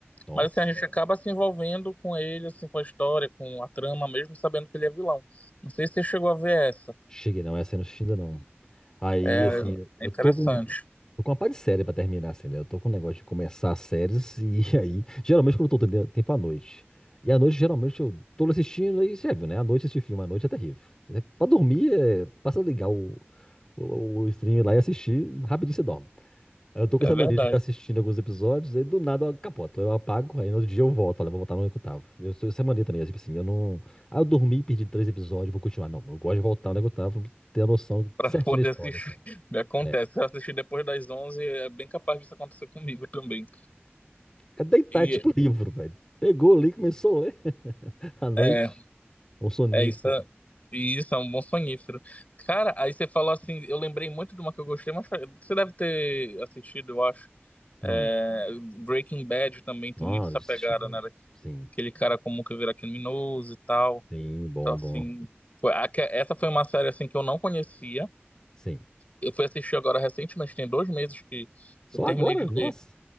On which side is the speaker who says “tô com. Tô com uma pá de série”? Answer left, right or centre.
Left